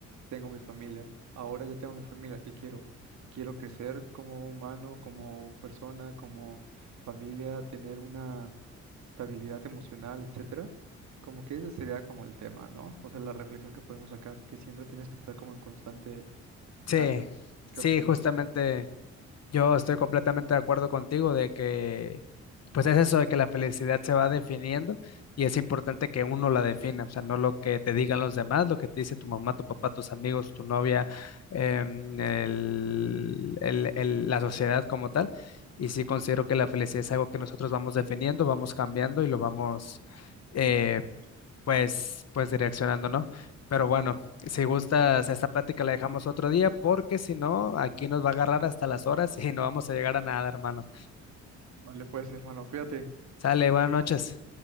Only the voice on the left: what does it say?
Sí,
sí,
justamente. Yo estoy completamente de acuerdo contigo de que, pues es eso de que la felicidad se va definiendo y es importante que uno la defina, o sea, no lo que te digan los demás, lo que te dice tu mamá, tu papá, tus amigos, tu novia, em, el- el- el- la sociedad como tal. Y sí considero que la felicidad es algo que nosotros vamos definiendo, vamos cambiando y lo vamos eh, pues, pues direccionando, ¿no? Pero bueno, si gustas, esta plática la dejamos otro día porque si no, aquí nos va a agarrar hasta las horas <laughs> y no vamos a llegar a nada, hermano.
Sale, buenas noches.